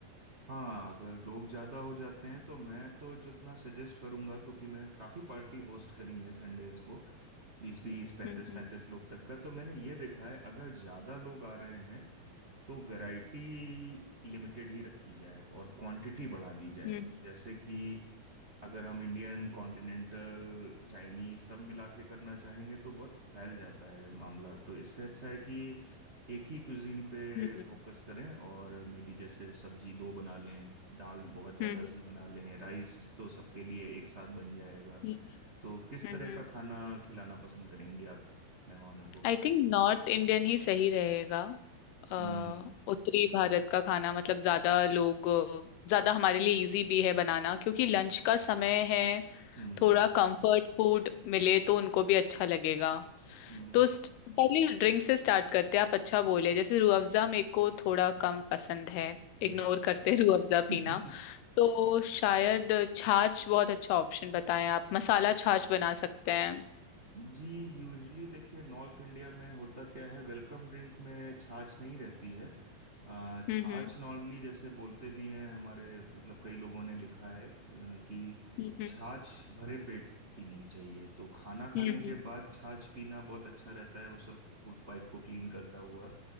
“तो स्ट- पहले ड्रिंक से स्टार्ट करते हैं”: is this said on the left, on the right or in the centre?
Left